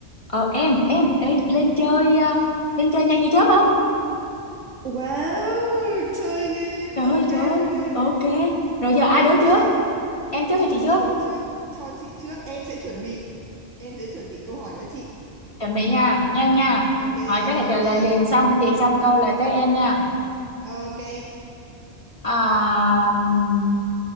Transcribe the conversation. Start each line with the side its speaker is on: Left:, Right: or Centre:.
Left: ờ em em ê, lên chơi à, lên chơi nhanh như chớp không
Right: Wow, chơi game.
Left: trời
Right: Ok
Left: ơi trời ơi,
Right: ok.
Left: ok rồi giờ
Right: Bây
Left: ai
Right: giờ
Left: đố
Right: chị
Left: trước em trước
Right: cho
Left: hay chị
Right: chị
Left: trước
Right: đố trước, cho chị trước, em sẽ chuẩn bị, em sẽ chuẩn bị câu hỏi cho chị.
Left: chuẩn bị nha nhanh nha
Right: Ok,
Left: hỏi cái là
Right: ok.
Left: trả lời liền xong chị xong câu là tới em nha
Right: Ok.
Left: à, ừm,